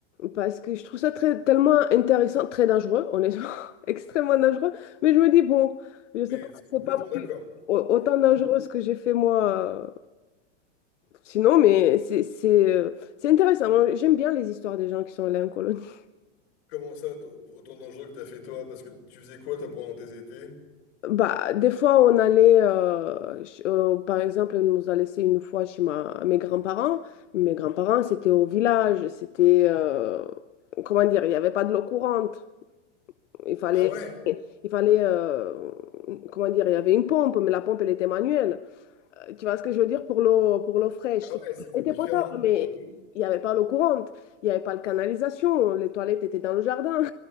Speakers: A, on the left; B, on the left.
A: parce que je trouve ça très, tellement intéressant, très dangereux, honnêtement, <laughs> extrêmement dangereux. Mais je me dis, bon, je sais
B: mais
A: pas
B: c'est
A: si
B: complètement
A: c'est pas
B: d'accord.
A: plus- au- autant dangereux
B: De-
A: ce que j'ai fait moi. euh, Sinon, mais c'est c'est, euh, c'est intéressant. Moi, j'aime bien les histoires des gens qui sont allés en colonie. <laughs>
B: Comment ça, t- autant dangereux que t'as fait toi, parce que tu faisais quoi toi pendant tes étés?
A: Bah, des fois, on allait, euh, ch- euh, par exemple, on nous a laissé une fois chez ma, mes grands-parents. Mes grands-parents, c'était au village, c'était, euh, comment dire, il n'y avait pas de l'eau courante. Il fallait,
B: Ah ouais,
A: il fallait, euh, comment dire, il y avait une pompe, mais la pompe, elle était manuelle. Euh, Tu vois ce que je veux dire pour l'eau, pour l'eau fraîche?
B: ah ouais,
A: C'est-
B: c'était
A: Elle était
B: différent,
A: potable, mais
B: j'avoue.
A: il n'y avait pas l'eau courante. Il n'y avait pas de canalisation, les toilettes étaient dans le jardin.